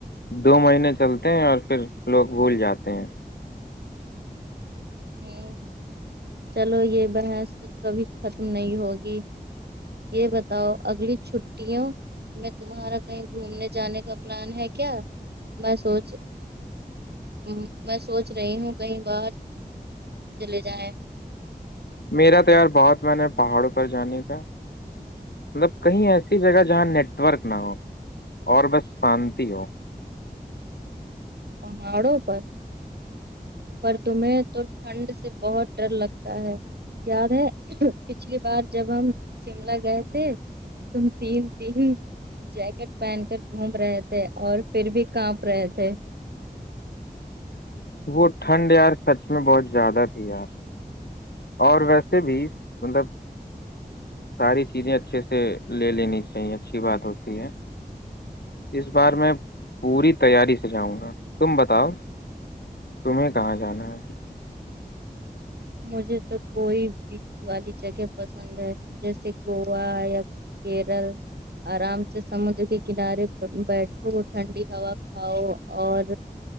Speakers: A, on the left; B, on the right.
A: دو مہینے چلتے ہیں اور پھر لوگ بھول جاتے ہیں
B: ہ چلو یہ بحث کبھی ختم نہیں ہوگی یہ بتاؤ اگلی چھٹیوں میں تمہارا کہیں گھومنے جانے کا پلان ہے کیا میں سوچ ہ میں سوچ رہی ہوں کئی بار چلے جائےیں
A: میرا تو یار بہت میں نے پہاڑوں پر جانے کا مطلب کہیں ایسی جگہ جہاں نیٹ ورک نہ ہو اور بس شانتی ہو
B: پہاڑوں پر پر تمہیں تو ٹھنڈ سے بہت ڈر لگتا ہے یاد ہے پچھلی بار جب ہم شملہ گئے تھے تم تین تین جیکٹ پہن کر گھوم رہے تھے اور پھر بھی کانپ رہے تھے
A: وہ ٹھنڈ یار سچ میں بہت زیادہ تھی یار اور ویسے بھی مطلب ساری چیزیں اچھے سے لے لینی چاہیے اچھی بات ہوتی ہے اس بار میں پوری تیاری سے جاؤں گا تم بتاؤ تمہیں کہاں جانا ہے
B: مجھے تو کوئی بیچ والی جگہ پسند ہے جیسے گووایا کیرل آرام سے سمندر کے کنارے بیٹھو ٹھنڈی ہوا کھاؤ اور